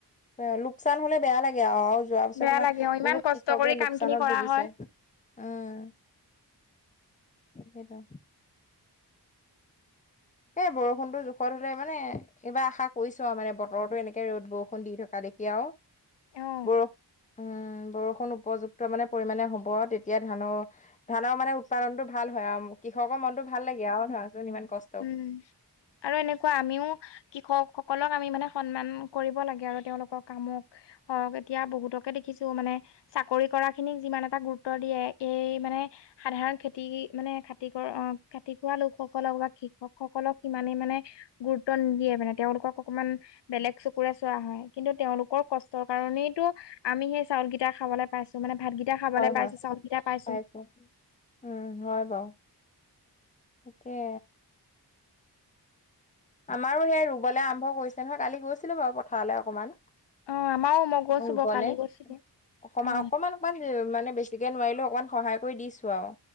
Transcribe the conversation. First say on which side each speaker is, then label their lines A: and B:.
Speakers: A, on the left (about 20°); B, on the left (about 85°).
A: অয়া লোকচান হ'লে বেয়া লাগে আ আ আৰু যোৱা পিছত
B: বেয়া
A: তোমাৰ
B: লাগে অ ইমান
A: বহুত
B: কষ্ট
A: কৃষকে
B: কৰি
A: লোকচানত
B: কাম খিনি কৰা
A: ভুগিছে।
B: হয়
A: অ', সেইটোৱেতো। এ বৰষুণটো জোখত হলে মানে এইবাৰ আশা কৰিছো আৰু মানে বতৰতো এনেকে ৰ'দ - বৰষুণ দি থকা দেখি আৰু।
B: অ
A: বৰ উম, বৰষুণ উপযুক্ত মানে পৰিমাণে হ'ব আৰু তেতিয়া ধানৰ ধানৰ মানে উৎপাদনটো ভাল হয় আৰু কৃষকৰ মনতো ভাল লাগে আৰু ধৰাচোন ইমান কষ
B: উম আৰু এনেকুৱা আমিও কৃ ষকসকলক আমি মানে সন্মান কৰিব লাগে আৰু তেওঁলোকৰ কামক হক এতিয়া বহুতকে দেখিছো মানে চাকৰি কৰাখিনিক যিমান এটা গুৰুত্ব দিয়ে, এই মানে সাধাৰণ খেতি মানে খেত তি কৰ অ খেতি কৰা লোকসকলক বা কৃষকসকলক সিমানেই মানে গুৰুত্ব নিদিয়ে মানে তেওঁলোকক অকমান বেলেগ চকুৰে চোৱা হয় কিন্তু তেওঁলোকৰ কষ্টৰ কাৰণেইটো আমি সেই চাউলকেইটা খাবলৈ পাইছোঁ মানে ভাতগিটা খাবলৈ
A: হয়
B: পাইছোঁ,
A: হয়
B: চাউলকিটা পাইছোঁ।
A: পাইছো উম হয় বাৰু, তাকে। আমাৰো সেই ৰুবলৈ আৰম্ভ কৰিছে নহয়, কালি গৈছিলোঁ বাৰু পথাৰলৈ অকমান।
B: অ আমাৰও মই গৈছো
A: ৰুবলে,
B: বাৰু কালি গৈছিলো
A: অকমান
B: অ
A: - অকমান মান মানে বেছিকে নোৱাৰিলেও অকণমান সহায় কৰি দিছোঁ আৰু।